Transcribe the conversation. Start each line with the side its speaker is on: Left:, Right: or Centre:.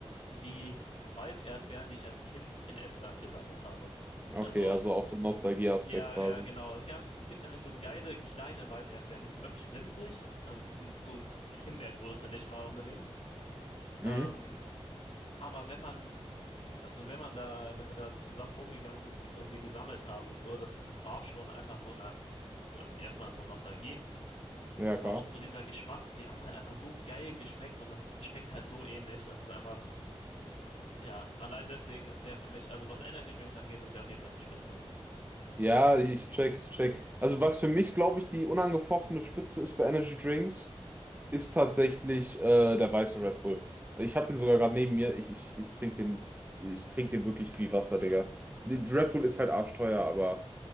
Left: wie Walderdbeeren, die ich als Kind in Estland gesammelt habe.
Right: Okay,
Left: Also.
Right: also auch so ein Nostalgie-Aspekt
Left: Ja,
Right: quasi.
Left: ja, genau. Es gab, es gibt nämlich so geile kleine Weiterdbeeren, die sind wirklich winzig. Also die sind so Himbeergröße nicht mal unbedingt.
Right: Mhm.
Left: Ähm, aber wenn man, also wenn man da, wenn wir da zusammen rumgegangen sind und die gesammelt haben und so, das war schon einfach so eine, also erstmal so Nostalgie,
Right: Ja,
Left: aber
Right: klar.
Left: auch so dieser Geschmack, die haben halt einfach so geil geschmeckt und das schmeckt halt so ähnlich, dass es einfach, ja, allein deswegen ist der für mich, also was Energy Drinks angeht, ist der auf jeden Fall die Spitze.
Right: Ja, ich check, ich check. Also was für mich, glaube ich, die unangefochtene Spitze ist bei Energy Drinks, ist tatsächlich äh, der weiße Red Bull. Ich habe den sogar gerade neben mir. Ich, ich, ich trinke den, ich trinke den wirklich wie Wasser, Digga. Die- die Red Bull ist halt arschteuer, aber